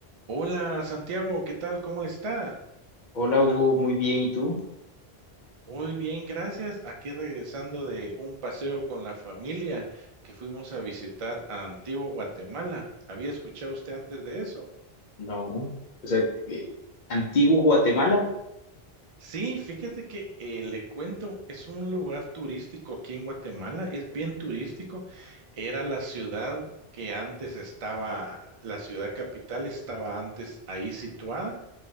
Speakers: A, on the right; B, on the left.
A: Hola Santiago, ¿qué tal? ¿Cómo le está?
B: Hola Hugo, muy bien, ¿y tú?
A: Muy bien, gracias. Aquí regresando de un paseo con la familia que fuimos a visitar a Antigua Guatemala. ¿Había escuchado usted antes de eso?
B: No, o sea, eh, antiguo Guatemala
A: Sí, fíjate que eh, le cuento, es un lugar turístico aquí en Guatemala, es bien turístico. Era la ciudad que antes estaba, la ciudad capital estaba antes ahí situada.